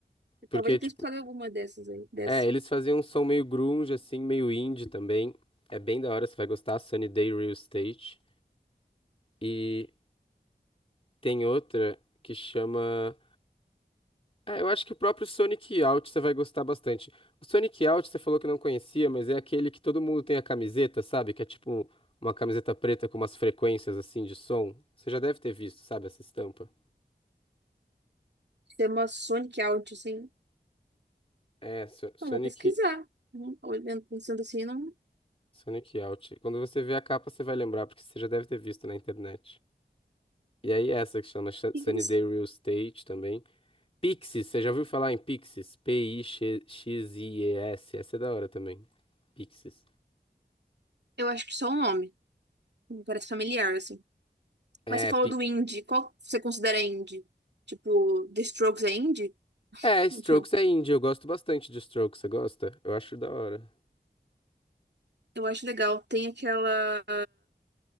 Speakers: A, on the left; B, on the right.
A: Porque,
B: Talvez eu
A: tipo,
B: tenha escutado alguma dessas aí, dessas.
A: É, eles faziam um som meio grunge, assim, meio indie também. É bem da hora, você vai gostar. Sunny Day Real Estate. E tem outra que chama. Ah, eu acho que o próprio Sonic Youth você vai gostar bastante. O Sonic Youth você falou que não conhecia, mas é aquele que todo mundo tem a camiseta, sabe? Que é tipo uma camiseta preta com umas frequências assim de som. Você já deve ter visto, sabe, essa estampa.
B: Chama Sonic Out, assim.
A: É, So-
B: então
A: Sonic,
B: vou pesquisar. Uhum, Olhando, pensando assim, não... O
A: Sonic Youth. Quando você vê a capa, você vai lembrar, porque você já deve ter visto na internet. E aí essa que chama Sh-
B: que
A: Sunnyday
B: que você...
A: Real Estate também. Pixies, você já ouviu falar em Pixies? P-I-X-I-E-S. Essa é da hora também. Pixies.
B: Eu acho que só o nome. Me Parece familiar, assim.
A: É,
B: Mas você falou
A: pi...
B: do indie. Qual você considera indie? Tipo, The Strokes é indie? <laughs>
A: é, Strokes
B: Então,
A: é indie. Eu gosto bastante de Strokes. Você gosta? Eu acho da hora.
B: eu acho legal. Tem aquela.